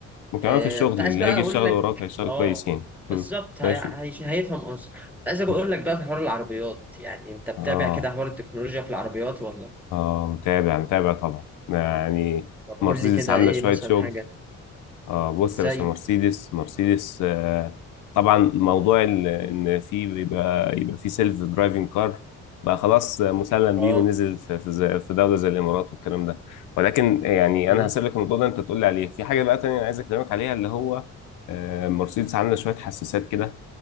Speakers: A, on the left; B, in the centre.
A: وكمان
B: آه
A: في الشغل
B: كنت عايز
A: اللي
B: بقى
A: هيجي
B: اقول
A: يشتغل
B: لك
A: وراك هيشتغل
B: اه
A: كويس يعني
B: بالظبط
A: مم.
B: هي...
A: ماشي
B: هي... هيفهم قصدي كنت عايز اقول
A: مم.
B: لك بقى في حوار العربيات يعني انت بتابع
A: اه
B: كده حوار التكنولوجيا في العربيات ولا
A: اه متابع متابع طبعا يعني
B: طب قول
A: مرسيدس
B: لي كده
A: عامله
B: ايه
A: شويه
B: مثلا
A: شغل
B: حاجة
A: اه بص
B: زي
A: يا باشا مرسيدس مرسيدس آه طبعا موضوع ال- ان في بيبقى يبقى في سيلف درايفنج كار بقى خلاص مسلم
B: اه
A: بيه ونزل في في زي- في دوله زي الامارات والكلام ده ولكن يعني
B: مم،
A: انا هسيب لك الموضوع ده انت تقول لي عليه في حاجه بقى تانية انا عايز اكلمك عليها اللي هو آه مرسيدس عامله شويه حساسات كده